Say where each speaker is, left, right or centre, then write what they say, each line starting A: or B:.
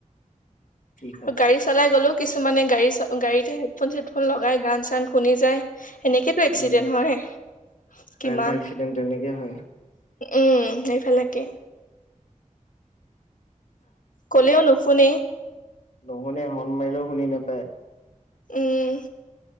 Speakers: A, on the left (about 70°); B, on the left (about 80°).
A: কি
B: আৰু
A: ক'ব
B: গাড়ী চলাই গ'লেও কিছুমানে গাড়ী চ গাড়ীতে হেডফোন চেডফোন লগাই গান চান শুনি যায়। সেনেকেতো এক্সিডেন্ট
A: উম,
B: হয়
A: প্ৰায়
B: কিমান
A: এক্সিডেণ্ট তেনেকেই হয়।
B: উম, সেইফালাকে। কলেওনো নুশুনে।
A: নুশুনে হৰ্ন মাৰিলেও শুনি নেপায়।
B: উম